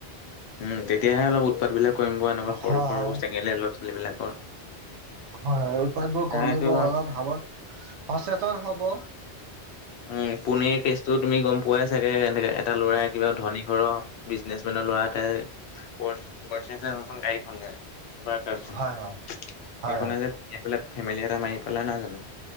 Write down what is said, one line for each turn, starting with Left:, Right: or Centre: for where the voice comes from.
Left: উম, তেতিয়াহে অলপ উৎপাত বিলাক কমিব এনেকুৱা
Right: হয়
Left: সৰু সৰু চেঙেলীয়া ল'ৰা ছোৱালী বিলাকৰ।
Right: হয়-হয় উৎপাতবোৰ কমিব
Left: এইটো
Right: অলপ সাৱ সচেতন হ'ব।
Left: উম, পুনেৰ কেচটো তুমি গম পোৱাই চাগে, এনেকে এটা ল'ৰাই কিবা ধনী ঘৰৰ বিজনেচ মেনৰ ল'ৰা এটাই <unintelligible> গাড়ীখন যে চুপাৰ কাৰ খন
Right: হয় হয়
Left: সেইখনে
Right: হয়
Left: যে খুন্দিয়াই পেলাই ফেমিলি এটা মাৰি পেলা নাই জানো।